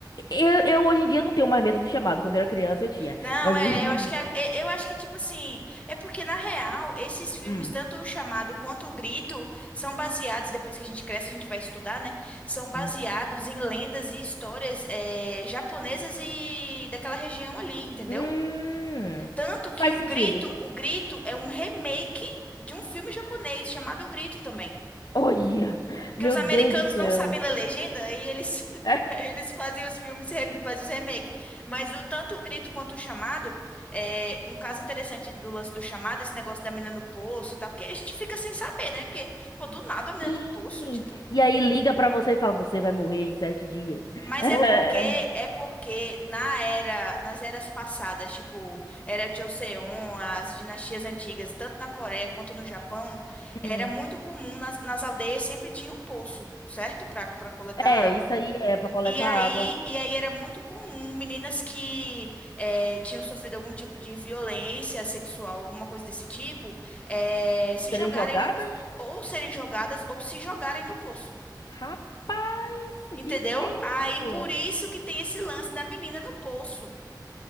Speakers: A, on the left; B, on the left.
A: Eu, eu hoje em dia não tenho mais medo do chamado. Quando eu era criança eu tinha.
B: Não,
A: Mas.
B: é,
A: <laughs>
B: eu acho que a- é- eu acho que tipo assim, é porque na real, esses filmes,
A: Hum,
B: tanto o Chamado quanto o Grito, são baseados, depois que a gente cresce, a gente vai estudar, né? São baseados
A: hum.
B: em lendas e histórias é, japonesas e daquela região ali, entendeu?
A: Hum,
B: Tanto
A: faz
B: que o
A: sentido.
B: Grito, o Grito é um remake de um filme japonês chamado O Grito também.
A: Olha!
B: Porque
A: Meu
B: os americanos
A: Deus do céu.
B: não sabem ler legenda, aí eles, <laughs>
A: <laughs>
B: aí eles fazem os filmes, rem- fazem os remakes. Mas o tanto o grito quanto o chamado, é um caso interessante do lance do chamado, esse negócio da menina no poço e tal, que a gente fica sem saber, né? Porque, pô, do nada a menina
A: Sim.
B: no poço, tipo.
A: E aí liga pra você e fala, você vai morrer em sete dias.
B: Mas
A: <laughs>
B: é porque,
A: É,
B: é porque na era, nas eras passadas, tipo, era Joseon, as dinastias antigas, tanto na Coreia quanto no Japão, era
A: hum.
B: muito comum nas, nas aldeias sempre tinha um poço, certo? Para para coletar
A: É,
B: água.
A: isso aí é pra coletar
B: E aí,
A: água.
B: e aí era muito comum meninas que eh, tinham sofrido algum tipo de violência sexual, alguma coisa desse tipo, eh, se
A: Serem
B: jogarem
A: jogadas?
B: no- ou serem jogadas ou se jogarem no poço.
A: Rapaz,
B: Entendeu?
A: que tenso.
B: Aí por isso que tem esse lance da menina no poço.